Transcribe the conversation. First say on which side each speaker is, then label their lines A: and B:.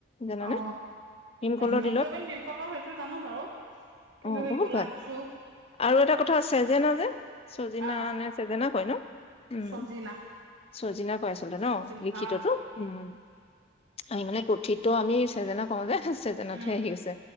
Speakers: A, on the left; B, on the right.
A: জানানে
B: অ
A: ভিমকলৰ
B: হিমগ্ল'বিন
A: দিলত
B: ভীমকলৰ সেইটো জানো বাৰু কিন্তু
A: অ
B: সেই
A: বহুত
B: ক'লা
A: ভাল
B: কচু
A: আৰু এটা কথা চেজেনা যে চজিনা
B: অ
A: নে চেজেনা কয় ন উম।
B: চজিনা
A: চজিনা কয় আছিলে
B: চজিনা
A: ন লিখিততো
B: অ
A: উম। আমি মানে কুথিত আমি চেজেনা কওঁ যে। হম চেজেনাথু
B: উম
A: আহি আছে